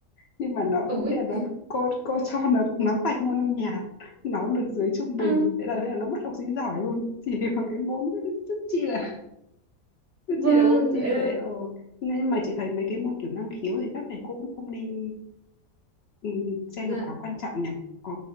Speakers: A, on the left; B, on the right.
A: nhưng mà nó
B: ôi,
A: thế là nó cô cô cho nó nó tạch môn âm nhạc nó được dưới trung
B: ờ,
A: bình thế là thế là nó mất học sinh giỏi luôn chỉ vì một cái môn rất rất chi là chứ
B: vâng,
A: chị là vô tri
B: ờ,
A: đấy ờ nên mà chị thấy mấy cái môn kiểu năng khiếu thì các thầy cô cũng không nên ừ, xem
B: dạ,
A: là quá quan trọng nhỉ ờ